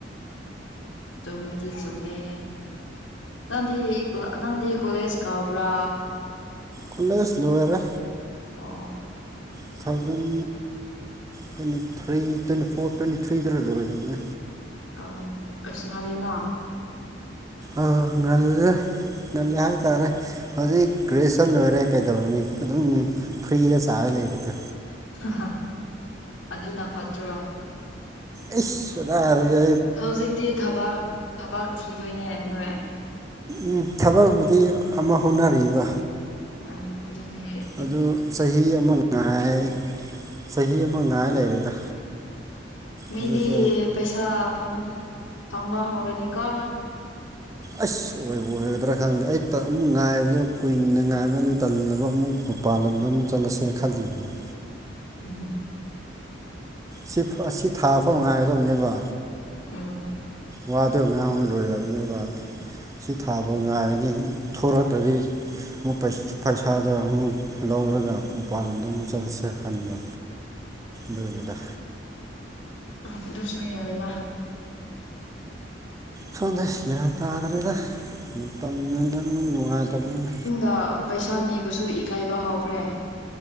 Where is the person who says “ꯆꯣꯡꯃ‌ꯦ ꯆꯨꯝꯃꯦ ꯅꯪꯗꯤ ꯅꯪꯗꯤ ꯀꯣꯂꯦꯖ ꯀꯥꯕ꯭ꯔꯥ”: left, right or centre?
Left